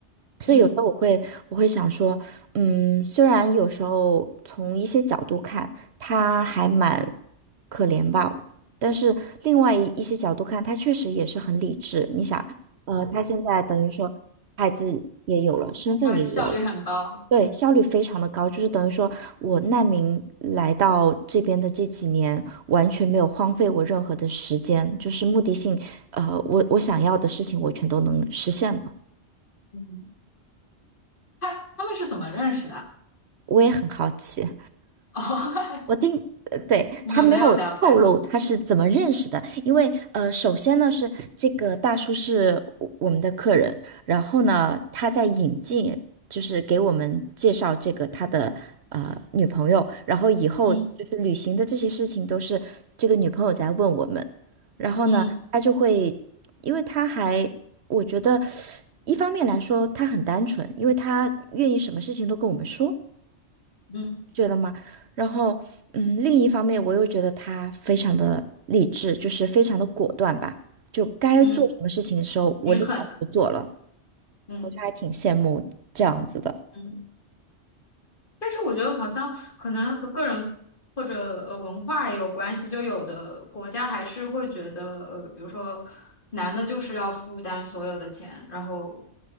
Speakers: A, on the right; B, on the left.
A: 所以有时候我会我会想说，
B: 嗯，
A: 嗯，虽然有时候从一些角度看他还蛮可怜吧，但是另外一一些角度看，他确实也是很理智。你想，呃，他现在等于说孩子也有了，身份也有了。
B: 而且效率很高，
A: 对，效率非常的高，就是等于说我难民来到这边的这几年，完全没有荒废我任何的时间，就是目的性，呃，我我想要的事情我全都能实现了。
B: 嗯，他他们是怎么认识的？
A: 我也很好奇。
B: <laughs> 哦，
A: 我听，呃，对，
B: 你们没有聊太多。
A: 他没有透露他是怎么认识的，因为呃，首先呢是这个大叔是我我们的客人，然后呢他在引进，就是给我们介绍这个他的呃女朋友，然后以后就是旅行的这些事情都是这个女朋友在问我们，
B: 嗯。
A: 然后呢他就会，
B: 嗯
A: 因为他还我觉得一方面来说他很单纯，因为他愿意什么事情都跟我们说。
B: 嗯
A: 觉得吗？然后，嗯，另一方面，我又觉得他非常的理智，就是非常的果断吧，就该做什么事情的时候，
B: 嗯，
A: 我立马我就做了，
B: 挺狠的，嗯
A: 我就还挺羡慕这样子的。
B: 嗯。但是我觉得好像可能和个人或者呃文化也有关系，就有的国家还是会觉得呃，比如说男的就是要负担所有的钱，然后